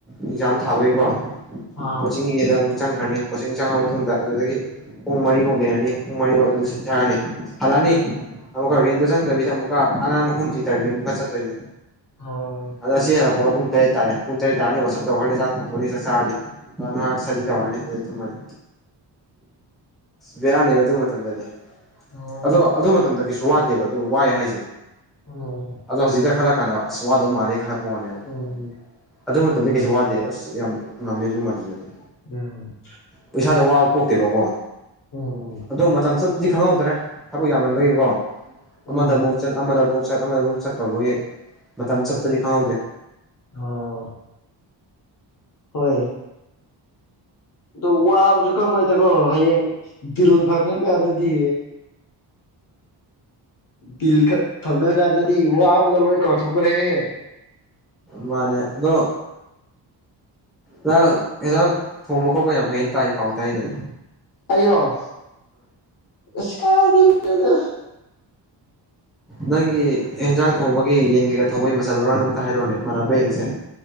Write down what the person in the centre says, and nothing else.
ꯑꯦꯛꯖꯥꯝ ꯊꯥꯕꯒꯤꯀꯣ
ꯀꯣꯆꯤꯡꯒꯤꯗ ꯑꯃꯨ ꯆꯪꯈ꯭ꯔꯅꯤ ꯆꯪꯉ
ꯃꯇꯨꯡꯗ ꯑꯗꯨꯗꯒꯤ ꯀꯨꯝꯃꯅ ꯄꯥꯎꯗꯦ ꯍꯥꯏꯅꯤ ꯃꯔꯤ ꯋꯥꯥꯎꯗꯖꯥꯅꯤ
ꯍꯜꯂꯛꯑꯅꯤ ꯑꯃꯨꯛꯀ ꯔꯦꯟꯗ ꯆꯪꯗꯕꯤꯗ ꯑꯃꯨꯛꯀ ꯑꯉꯥꯡ ꯍꯨꯝꯗ꯭ꯗꯔꯒꯤ ꯑꯃꯨꯛꯀ ꯆꯠꯇꯣꯏꯅꯤ
ꯑꯗ ꯁꯤꯔ ꯑꯃꯀ ꯄꯨꯡ ꯇꯔꯦꯠ ꯇꯥꯔꯦ ꯄꯨꯡ ꯇꯔꯦꯠ ꯇꯔꯅꯤ ꯋꯥꯁꯞ ꯇꯧꯔꯅꯤ ꯆꯥꯛꯣꯡꯊꯣꯛꯅꯤ ꯆꯥꯛ ꯆꯥꯔꯅꯤꯥꯏ ꯁꯗꯤ ꯇꯧꯔꯅꯤ ꯑꯗꯨ ꯇꯨꯝꯃꯅꯤ ꯕꯤꯔꯅꯤ ꯃ ꯑꯗꯨ ꯃꯇꯝ ꯃꯇꯝꯗꯗꯤ
ꯑꯗꯣ ꯑꯗꯨꯗ ꯃ ꯃꯇꯝ ꯇ ꯀꯁꯨ ꯋꯥꯗꯦꯕ ꯑꯗꯨꯣ ꯋꯥꯑꯦ ꯍꯥꯏꯁꯦ
ꯑꯗꯣ ꯍꯧꯖꯤꯗ ꯈꯂ ꯀꯣꯁꯋꯥꯗꯧ ꯃꯥꯦ ꯈꯔ ꯋꯥꯅꯦꯕ
ꯑꯗꯨ ꯃꯇꯝꯗꯤ
ꯀꯩꯁꯨ ꯋꯥꯗꯦ ꯑꯁ ꯌꯥꯝ ꯅꯝꯃꯦꯖꯕꯨ ꯃꯥꯗꯤ ꯑꯗꯨꯗꯤ
ꯄꯩꯁꯥꯗ ꯋꯥꯕ ꯄꯣꯛꯇꯦꯕꯀꯣ
ꯑꯗꯣ ꯃꯇꯝ ꯆ ꯖꯤ ꯈꯉ ꯍꯧꯗ꯭ꯔꯦ ꯊꯕꯛ ꯌꯥꯝꯃꯟꯕꯒꯤꯀꯣ
ꯑꯃꯗ ꯑꯃꯨꯛ ꯆꯠ ꯑꯃꯗ ꯑꯃꯨꯛ ꯆꯠ ꯆꯠ ꯑꯃꯗ ꯑꯃꯨꯛ ꯆꯠꯇꯧꯕꯒꯤ ꯃꯇꯝ
ꯆꯠꯄꯗꯤ ꯈꯪꯍꯧꯗꯦ
ꯃꯥꯅꯦ ꯑꯗꯣ ꯅꯪ ꯑꯦꯟꯖꯥꯡ ꯊꯣꯡꯕ ꯈꯣꯠꯄ ꯌꯥꯝ ꯍꯩꯅ ꯇꯥꯏ ꯄꯥꯎ ꯇꯥꯏꯅ
ꯅꯪꯒꯤ ꯑꯦꯟꯖꯥꯡ ꯊꯣꯡꯕꯒꯤ ꯌꯦꯟ ꯀꯩꯀꯥ ꯊꯣꯡꯕꯩ ꯃꯆꯜ ꯃꯔꯥꯡ ꯑꯝꯇ ꯍꯥꯏꯔꯣꯅꯦ ꯃꯥꯟꯅꯕꯔ ꯌꯦꯡꯁꯦ